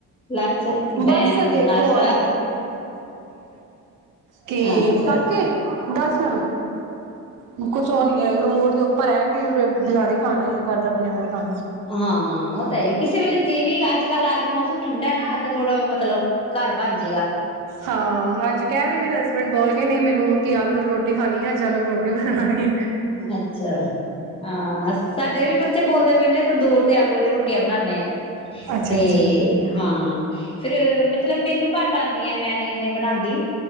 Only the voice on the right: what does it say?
ਬਸ
ਦੇਖੋ
ਕੀ
ਕਾਕੇ ਦੱਸ ਮ ਕੁਛ ਉਹ ਨੀ ਹੈ। ਮੋੜ ਦੇ ਉੱਪਰ ਹੈ। ਕਿ ਬਾਰੀ ਖਾਣਾ ਹੀਏ ਘਰ ਦਾ ਬਣਿਆਇਆ ਖਾ
ਹਾਂ ਅੱਜ ਕਹਿ ਰਹੇ ਮੇਰੇ ਹਸਬੈਂਡ ਬੋਲ ਗੇ ਨੇ ਮੈਨੂੰ ਕਿ ਆਲੂ ਰੋਟੀ ਖਾਣੀ ਆ ਅੱਜਲੂ ਰੋਟੀ ਬਣਾਉਣਗੇ।
ਅੱਛਾ
ਅੱਛਾ